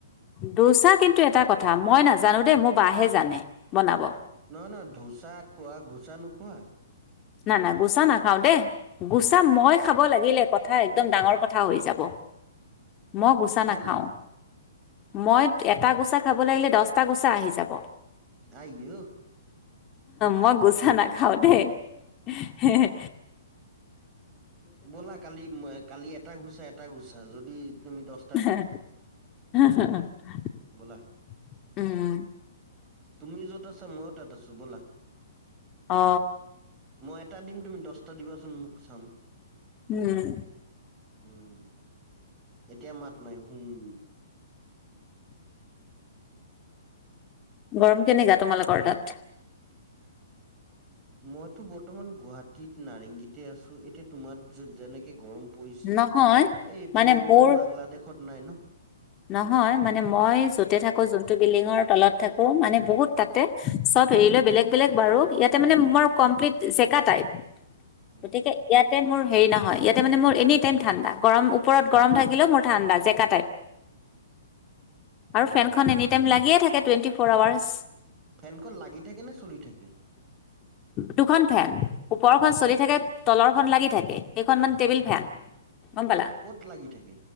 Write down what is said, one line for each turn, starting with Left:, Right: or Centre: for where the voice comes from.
Left: ধোচা কিন্তু এটা কথা। মই নাজানো দেই মোৰ বা হে জানে বনাব।
Right: নহয় নহয় ধোচা খোৱা ঘোচা নোখোৱা।
Left: ন না ঘোচা নাখাওঁ দেই। ঘোছা মই খাব লাগিলে, কথা একদম ডাঙৰ কথা হৈ যাব। মই ঘোচা
Right: কেলে
Left: নাখাও। মই এটা ঘোচা খাব লাগিলে দহটা ঘোছা আহি যাব।
Right: আইয়ুহ।
Left: মই ঘোছা নাখাও দেই। হে হে।
Right: ব'লা কালি এ কালি এটা ঘোছা এটা ঘোছা যদি তুমি দহ,
Left: হেহ হেহ
Right: ব'লা
Left: উম,
Right: তুমি য'ত আছা মইয়ো তাত আছো ব'লা।
Left: অঁ।
Right: মই এটা দিম তুমি দহটা দিবাচোন মোক চাম।
Left: উম।
Right: উম এতিয়া মাত নাই হুম।
Left: গৰম কেনেকা তোমালোকৰ তাত।
Right: মইতো বৰ্তমান গুৱাহাটীত নাৰেংগীতে আছো। এতিয়া তোমাৰ যেনেকে গৰম, পৰিছে,
Left: নহয়
Right: এই ইপিনে
Left: মানে মোৰ
Right: মইতো বাংলাদেশত নাই ন।
Left: নহয়! মানে মই য'তে
Right: উম,
Left: থাকো যোনটো বিল্ডিঙৰ তলত থাকো, মানে বহুত
Right: উম,
Left: তাতে, চব এৰি লৈ বেলেগ বেলেগ বাৰু, ইয়াতে মানে মোৰ কমপ্লিট জেকা টাইপ।
Right: উম,
Left: গতিকে, ইয়াতে মোৰ হেৰি নহয়। ইয়াতে মানে মোৰ এনি টাইম ঠাণ্ডা গৰম ওপৰত গৰম থাকিলেও, মোৰ ঠাণ্ডা জেকা টাইপ। আৰু
Right: উম।
Left: ফেনখন এনি টাইম লাগিয়ে থাকে, টুৱেণ্টি ফ'ৰ আৱাৰ্চ।
Right: ফেনখন লাগি থাকে নে, চলি থাকে।
Left: দুখন ফেন, ওপৰখন চলি থাকে তলৰখন লাগি থাকে। সেইখন মান টেবিল ফেন। গম পালা।
Right: ক'ত লাগি থাকে?